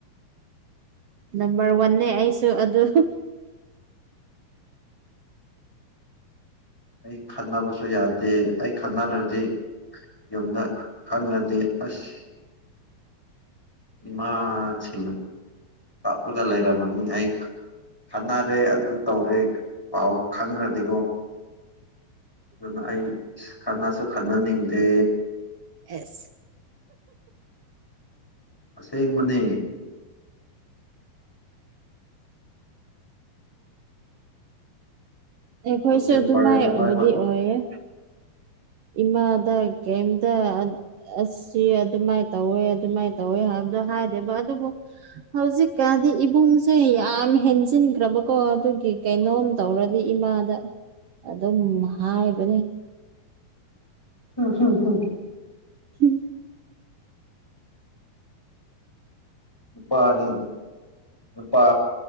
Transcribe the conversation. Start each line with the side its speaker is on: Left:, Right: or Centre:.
Right: ꯅꯝꯕꯔ ꯋꯥꯟꯅꯦ ꯑꯩꯁꯨ ꯑꯗꯨ
Centre: ꯑꯩ ꯈꯠꯅꯕꯁꯨ ꯌꯥꯗꯦ ꯑꯩ ꯈꯠꯅꯔꯗꯤ ꯌꯨꯝꯗ ꯈꯪꯅꯗꯦ ꯑꯁ ꯏꯃꯥꯁꯤꯅ ꯀꯥꯞꯂꯒ ꯂꯩꯔ ꯑꯃꯅꯤꯅꯤ ꯑꯩ ꯈꯟꯅꯔꯦ ꯑꯗꯨ ꯇꯧꯔꯦ ꯄꯥꯎ ꯈꯪꯈ꯭ꯔꯗꯤꯀꯣ ꯑꯗꯨꯅ ꯑꯩ ꯈꯟꯅꯁꯨ ꯈꯟꯅꯅꯤꯡꯗꯦ
Right: ꯑꯦꯁ
Centre: ꯑꯁꯦꯡꯕꯅꯤ
Right: ꯑꯩꯈꯣꯏꯁꯨ
Centre: ꯀꯠꯇ
Right: ꯑꯗꯨꯃꯥꯏꯕꯨꯗꯤ
Centre: ꯄꯔꯦꯅꯤꯚꯥꯏ
Right: ꯑꯣꯏꯌꯦ ꯏꯃꯥꯗ ꯀꯩꯝꯇ ꯑꯁꯤ ꯑꯗꯨꯃꯥꯏꯅ ꯇꯧꯋꯦ ꯑꯗꯨꯃꯥꯏꯅ ꯇꯧꯋꯦ ꯍꯥꯏꯕꯗ ꯍꯥꯏꯗꯦꯕ ꯑꯗꯨꯕꯨ ꯍꯧꯖꯤꯛꯀꯥꯟꯗꯤ ꯏꯕꯨꯡꯁꯦ ꯌꯥꯝ ꯍꯦꯟꯖꯤꯟꯈ꯭ꯔꯕꯀꯣ ꯑꯗꯨ ꯀꯩꯅꯣꯝ ꯇꯧꯔ ꯗꯤ ꯏꯃꯥꯗ ꯑꯗꯨꯝ ꯍꯥꯏꯕꯅꯤ
Centre: ꯎꯝ ꯍꯝ ꯍꯝ
Right: ꯍꯨꯝ
Centre: ꯅꯨꯄꯥꯗꯤ ꯅꯨꯄꯥ